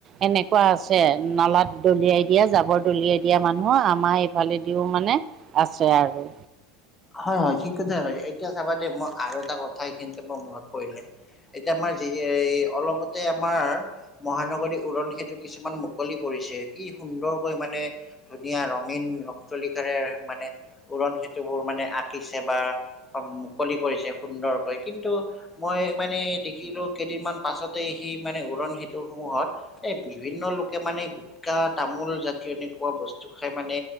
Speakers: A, on the right (about 40°); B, on the left (about 15°).
A: এনেকুৱা আছে। নলাত দলিয়াই দিয়া জাবৰ দলিয়াই দিয়া মানুহ আমাৰ এইফালেদিও মানে- আছে আৰু।
B: হয় হয় ঠিক কথা কৈ, এতিয়া চাবা দেই মই আৰু এটা কথা এইখিনিতে মোৰ মনত পৰিলে। এতিয়া আমাৰ যি এই অলপতে আমাৰ মহানগৰী উৰণ সেইটো কিছুমান মুকলি কৰিছে কি সুন্দৰকৈ মানে। ধুনীয়া ৰঙীন ৰং তুলিকাৰে মানে উৰণ সেতুবোৰ মানে আঁকিছে বা মুকলি কৰিছে সুন্দৰকৈ কিন্তু। মই মানে দেখিলো কেইদিনমান পাছতে সি মানে উৰণ সেতু সমূহত। এ বিভিন্ন লোকে মানে গুটখা তামোল জাতীয় এনেকুৱা বস্তু খাই মানে।